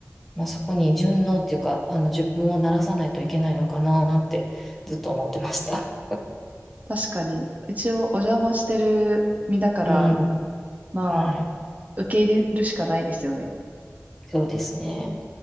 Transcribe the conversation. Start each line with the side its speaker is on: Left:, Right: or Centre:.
Centre: まあ、そこに順応っていうか、あの、自分を慣らさないといけないのかなってずっと思ってました。
Right: 確かに、一応お邪魔してる身だから、
Centre: うん。
Right: まあ、
Centre: はい。
Right: 受け入れるしかないですよね。
Centre: そうですね。